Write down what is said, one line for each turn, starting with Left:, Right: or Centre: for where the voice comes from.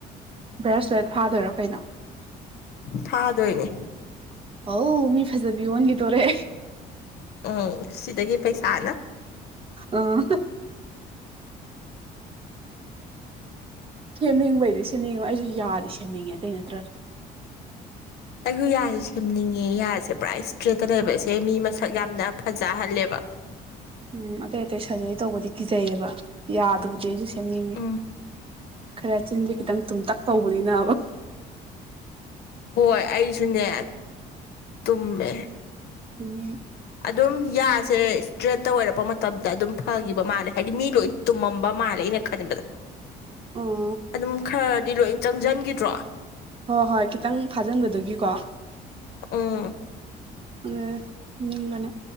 Right: ꯕ꯭ꯔꯦꯁꯂꯦꯠ ꯐꯥꯗꯣꯏꯔꯣ ꯀꯩꯅꯣ
Left: ꯐꯥꯗꯣꯏꯅꯦ
Right: ꯍ ꯃꯤ ꯐꯖꯕꯤ ꯑꯣꯟ ꯂꯤꯗꯣꯔꯦ
Left: ꯎꯝ ꯁꯤꯗꯒꯤ ꯄꯩꯁꯥꯅ
Right: ꯎꯝ ꯁꯦꯝꯅꯤꯡꯕꯩꯗꯤ ꯁꯦꯝꯅꯤꯡꯉꯕ ꯑꯩꯁꯨ ꯌꯥꯔꯤ ꯆꯅꯤꯡꯉꯦ ꯑꯇꯩ ꯅꯠꯇ꯭ꯔꯥ
Left: ꯑꯩꯁꯨ ꯌꯥꯁꯦ ꯁꯦꯝꯅꯤꯡꯉꯦ ꯌꯥꯁꯦ ꯄꯨꯔꯥ ꯏꯁꯇ꯭ꯔꯦꯠꯇ ꯂꯩꯕꯁꯦ ꯃꯤ ꯃꯁꯛ ꯌꯥꯝꯅ ꯐꯖꯍꯜꯂꯦꯕ
Right: ꯎꯝ ꯑꯇꯩ ꯑꯇꯩ ꯁꯔꯖꯔꯤ ꯇꯧꯕꯗꯤ ꯀꯤꯖꯩꯑꯕ ꯌꯥꯗꯕꯨꯗꯤ ꯑꯩꯁꯨ ꯁꯦꯝꯅꯤꯡꯏꯤ
Left: ꯎꯝ
Right: ꯈꯔ ꯆꯤꯟꯁꯦ ꯈꯤꯇꯪ ꯇꯨꯝꯇꯛ ꯇꯧꯕꯅꯤꯅ
Left: ꯍꯣꯏ ꯑꯩꯁꯨꯅꯦ ꯇꯨꯝꯃꯦ
Right: ꯎꯝ
Left: ꯑꯗꯨꯝ ꯌꯥꯁꯦ ꯏꯁꯇ꯭ꯔꯦꯠꯠꯇ ꯑꯣꯏꯔꯛꯄ ꯃꯇꯝꯗ ꯑꯗꯨꯝ ꯐꯒꯤꯈꯤꯕ ꯃꯥꯜꯂꯦ ꯍꯥꯏꯗꯤ ꯃꯤ ꯂꯣꯏ ꯇꯨꯝꯃꯝꯕ ꯃꯥꯜꯂꯦ ꯑꯩꯅ ꯈꯟꯕꯗ
Right: ꯑꯣ
Left: ꯑꯗꯨꯝ ꯈꯔꯗꯤ ꯂꯣꯏ ꯆꯪꯁꯤꯟꯈꯤꯗ꯭ꯔꯣ
Right: ꯍꯣꯏ ꯍꯣꯏ ꯈꯤꯇꯪ ꯐꯥꯖꯤꯟꯕꯗꯒꯤꯀꯣ
Left: ꯎꯝ
Right: ꯑꯅꯦ